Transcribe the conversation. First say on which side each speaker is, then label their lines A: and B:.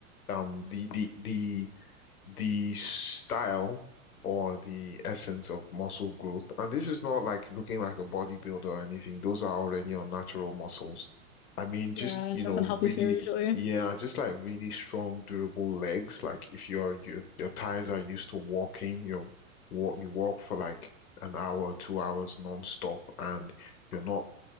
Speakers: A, on the left; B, on the left.
A: um, the the the the style or the essence of muscle growth. And this is not like looking like a bodybuilder or anything. Those are already unnatural muscles. I mean,
B: Yeah.
A: just,
B: And
A: you know,
B: that's unhealthy
A: really,
B: too, usually.
A: yeah, just like really strong, durable legs. Like if your your your thighs are used to walking, you're walk you walk for like an hour, two hours non-stop, and you're not